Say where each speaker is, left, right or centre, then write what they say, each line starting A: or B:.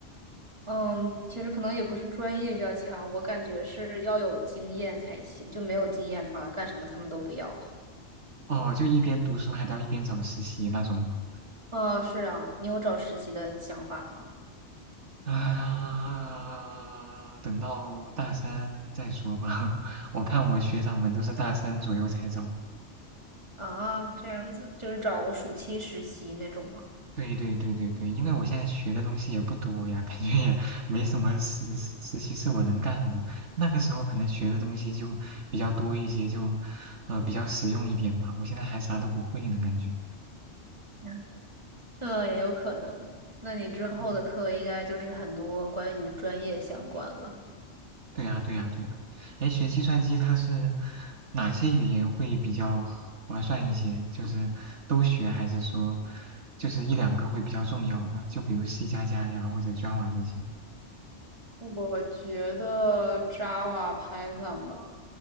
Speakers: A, on the right (about 25°); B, on the right (about 75°).
A: 嗯，其实可能也不是专业比较强，我感觉是要有经验才行，就没有经验的话，干什么他们都不要。
B: 哦，就一边读书还得要一边找实习那种吗？
A: 哦，是啊，你有找实习的想法吗？
B: 啊，等到大三再说吧。<laughs> 我看我学长们都是大三左右才找的。
A: 啊，这样子就是找暑期实习那种吗？
B: 对对对对对，因为我现在学的东西也不多呀，感觉也没什么实实习是我能干的。那个时候可能学的东西就比较多一些，就呃比较实用一点吧。我现在还啥都不会呢，感觉。
A: 嗯，那也有可能。那你之后的课应该就是很多关于专业相关了。
B: 嗯对呀，对呀，对呀。哎，学计算机它是哪些语言会比较划算一些？就是都学，还是说就是一两个会比较重要的？就比如 C 加加呀，或者 Java 这些。
A: 我觉得 Java、Python 吧，